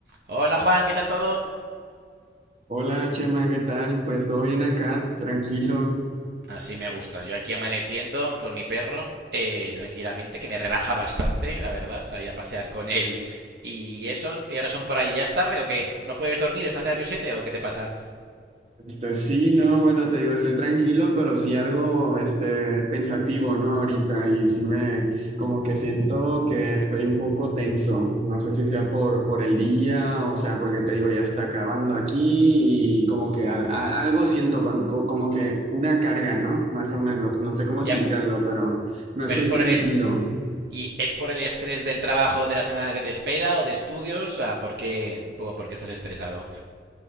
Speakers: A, on the right; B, on the right.
A: Hola Juan, ¿qué tal todo?
B: Hola Chema, ¿qué tal? Pues todo bien acá, tranquilo.
A: Así me gusta. Yo aquí amaneciendo con mi perro, eh, tranquilamente, que me relaja bastante, la verdad, salir a pasear con él. ¿Y eso? ¿Qué horas son por allí? ¿Ya es tarde o qué? ¿No puedes dormir? ¿Estás nerviosete o qué te pasa?
B: Este, sí, no, bueno, te digo, estoy tranquilo, pero sí algo, este, pensativo, ¿no? Ahorita, y sí me, como que siento que estoy un poco tenso. No sé si sea por, por el día, o sea, porque te digo, ya está acabando aquí, y como que al- a- algo siento, con- co- como que una carga, ¿no? Más o menos, no sé cómo explicarlo,
A: Ya,
B: pero no estoy
A: pero es por
B: tranquilo.
A: el est- ¿Y es por el estrés del trabajo de la semana que te espera o de estudios? Ah, ¿por qué? Un poco porque estás estresado.